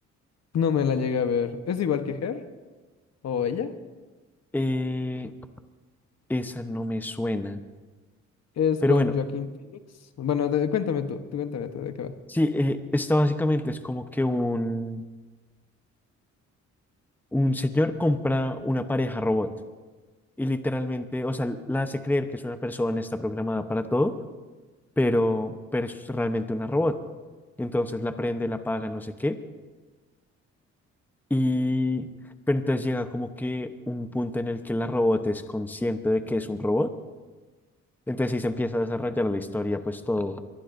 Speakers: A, on the left; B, in the centre.
A: No me la llegué a ver. ¿Es igual que Her o ella?
B: Eh, esa no me suena,
A: Es
B: pero
A: con
B: bueno,
A: Joaquín Phoenix. Bueno, de- cuéntame tú, tú cuéntame tú de qué va.
B: sí, eh, esta básicamente es como que un, un señor compra una pareja robot y literalmente, o sea, la hace creer que es una persona, está programada para todo, pero, pero es realmente una robot. Entonces la prende, la apaga, no sé qué. Y, pero entonces llega como que un punto en el que la robot es consciente de que es un robot. Entonces ahí se empieza a desarrollar la historia, pues todo,